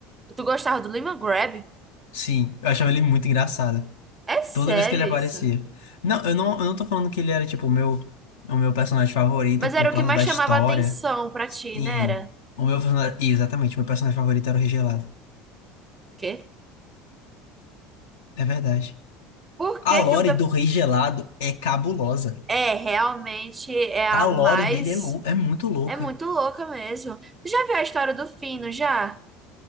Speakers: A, on the right (about 20°); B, on the left (about 70°).
A: Tu gostava do Lima Grab?
B: Sim, eu achava ele muito engraçado.
A: É sério
B: Toda vez que ele aparecia.
A: isso?
B: Não, eu não, eu não tô falando que ele era, tipo, o meu, o meu personagem favorito
A: Mas
B: por
A: era
B: causa
A: o que mais
B: da
A: chamava
B: história.
A: atenção pra ti,
B: Sim,
A: né? Era?
B: o meu personagem... Exatamente, o meu personagem favorito era o Rei Gelado.
A: Quê?
B: É verdade.
A: Por
B: A
A: que
B: lore
A: que o teu...
B: do Rei Gelado é cabulosa.
A: É, realmente é a
B: A
A: mais
B: lore dele é, lou- é muito louca.
A: É muito louca mesmo. Tu já viu a história do Fino, já?